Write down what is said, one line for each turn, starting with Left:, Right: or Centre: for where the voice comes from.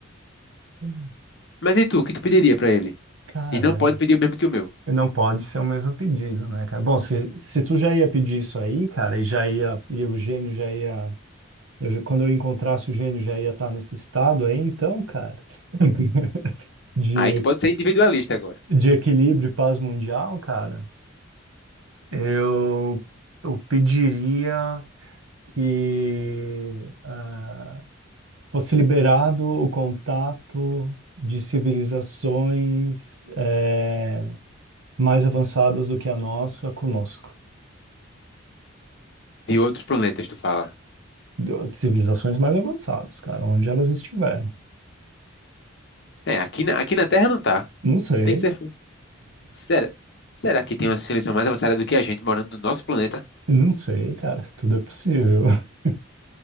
Right: <laughs>
Left: Mas e tu, o que tu pediria para ele?
Right: Cara,
Left: E não pode pedir o mesmo que o meu.
Right: não pode ser o mesmo pedido, né, cara? Bom, se, se tu já ia pedir isso aí, cara, e já ia, e o gênio já ia, eu já- quando eu encontrasse o gênio já ia estar nesse estado aí, então, cara. <laughs> de,
Left: Aí tu pode ser individualista agora.
Right: de equilíbrio e paz mundial, cara, eu, eu pediria que ah, fosse liberado o contato de civilizações eh, mais avançadas do que a nossa conosco.
Left: De outros planetas, tu fala.
Right: Do- Civilizações mais avançadas, cara, onde elas estiverem.
Left: É, aqui na, aqui na Terra não tá.
Right: Não sei,
Left: Tu tem que ser Será? Será que tem uma civilização mais avançada do que a gente morando no nosso planeta?
Right: não sei, cara, <laughs> tudo é possível. <laughs>